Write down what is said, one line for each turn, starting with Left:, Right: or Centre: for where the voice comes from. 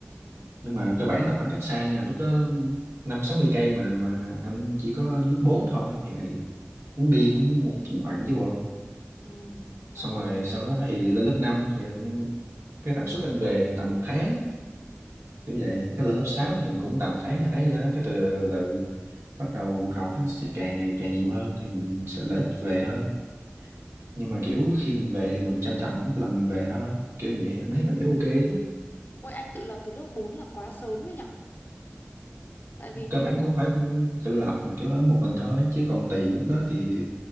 Right: nhưng mà cơ bản là khoảng cách xa nha lúc đó năm sáu mươi cây mà mà anh chỉ có lớp 4 thôi thì muốn đi cũng một đoạn chứ bộ
Left: Ừ, đó
Right: xong rồi sau đó thì lên lớp 5 thì anh cái tần suất anh về thì tầm một tháng như vậy cái lên lớp 6 thì cũng tầm tháng hai tháng gì đó cái từ từ bắt đầu học nó sẽ càng ngày càng nhiều hơn thì mình sẽ lợi ích về hơn nhưng mà kiểu khi mình về thì mình trân trọng mấy cái lần mình về thôi kiểu vậy anh thấy cảm giác ok chứ
Left: ôi anh tự lập từ lớp 4 là quá sớm ấy nhở tại vì như
Right: cơ bản
Left: vậy
Right: cũng phải tự lập mà kiểu ở một mình thôi chứ còn tiền lúc đó thì